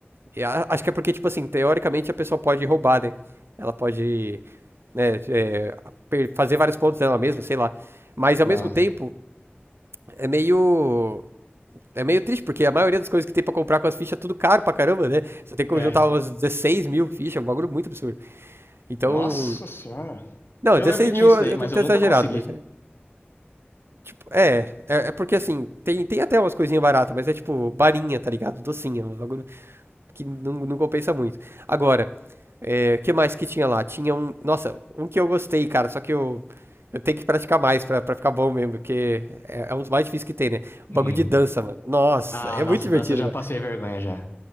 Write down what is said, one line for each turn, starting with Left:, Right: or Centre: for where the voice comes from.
Right: E a- acho que é porque, tipo assim, teoricamente a pessoa pode roubar, né? Ela pode, né, é, per- fazer vários pontos dela mesma, sei lá. Mas ao
Left: Nossa.
Right: mesmo tempo, é meio. É meio triste, porque a maioria das coisas que tem pra comprar com as fichas é tudo caro pra caramba, né? Você tem que
Left: É.
Right: juntar umas dezesseis mil fichas, é um bagulho muito absurdo. Então.
Left: Nossa senhora.
Right: Não,
Left: Eu
Right: dezesseis
Left: lembro que tinha
Right: mil
Left: isso
Right: eu
Left: daí,
Right: eu
Left: mas
Right: devo ter
Left: eu nunca
Right: exagerado,
Left: consegui.
Right: mas é. Tipo, é. É, é porque assim, tem, tem até umas coisinhas baratas, mas é tipo barinha, tá ligado? Docinha, um bagulho que não, não compensa muito. Agora, é, o que mais que tinha lá? Tinha um. Nossa, um que eu gostei, cara, só que eu. Eu tenho que praticar mais pra, pra ficar bom mesmo, porque é, é um dos mais difíceis que tem, né? O
Left: Hum.
Right: bagulho de dança, mano. Nossa,
Left: Ah,
Right: é
Left: nossa,
Right: muito divertido,
Left: dança eu já
Right: mano.
Left: passei vergonha já.